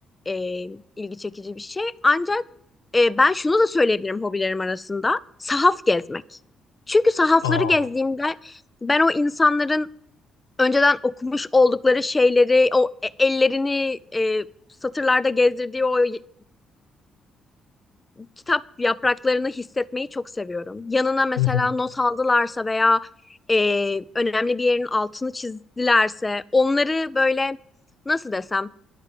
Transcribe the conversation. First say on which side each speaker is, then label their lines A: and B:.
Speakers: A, on the left; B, on the left.
A: e, ilgi çekici bir şey. Ancak e, ben şunu da söyleyebilirim hobilerim arasında. Sahaf gezmek. Çünkü sahafları
B: Aa.
A: gezdiğimde ben o insanların önceden okumuş oldukları şeyleri, o e- ellerini e, satırlarda gezdirdiği o y- kitap yapraklarını hissetmeyi çok seviyorum. Yanına mesela
B: Hı hı.
A: not aldılarsa veya e, önemli bir yerin altını çizdilerse onları böyle nasıl desem